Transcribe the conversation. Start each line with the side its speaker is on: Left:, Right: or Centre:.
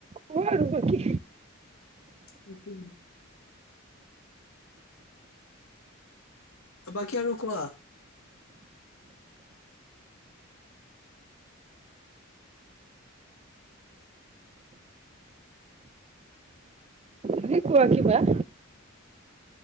Right: কোৱা আৰু বাকী?
Left: সেইটো। বাকী আৰু কোৱা।
Right: তুমি কোৱা কিবা?